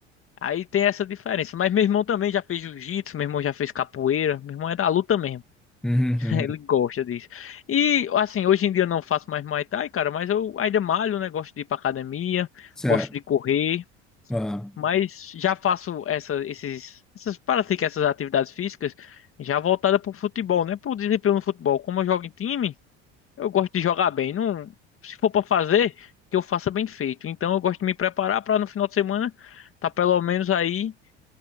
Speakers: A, on the left; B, in the centre.
A: Aí tem essa diferença. Mas meu irmão também já fez jiu-jitsu, meu irmão já fez capoeira, meu irmão é da luta mesmo.
B: Uhum,
A: <laughs>
B: uhum.
A: Ele gosta disso. E assim, hoje em dia eu não faço mais Muay Thai, cara, mas eu ainda malho, né? Gosto de ir pra academia,
B: Certo.
A: gosto de correr,
B: Aham.
A: mas já faço essa, esses, essas, pratico essas atividades físicas já voltada pro futebol, né? Pro desempenho no futebol. Como eu jogo em time, eu gosto de jogar bem. Não, se for pra fazer, que eu faça bem feito. Então eu gosto de me preparar pra no final de semana tá pelo menos aí